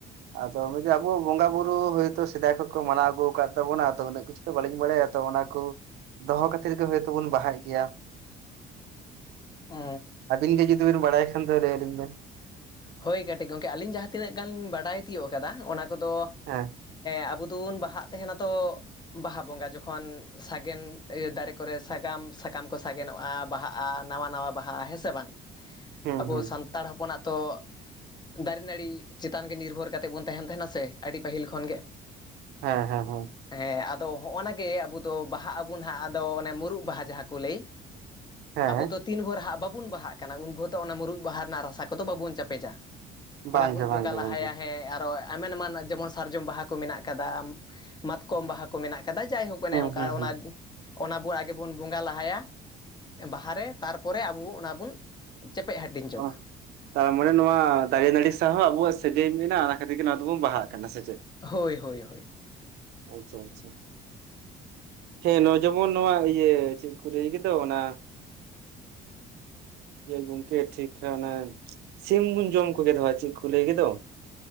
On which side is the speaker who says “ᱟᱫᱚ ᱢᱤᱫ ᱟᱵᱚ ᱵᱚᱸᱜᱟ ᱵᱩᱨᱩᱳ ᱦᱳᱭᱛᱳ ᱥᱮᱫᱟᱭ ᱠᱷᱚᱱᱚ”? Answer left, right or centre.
Right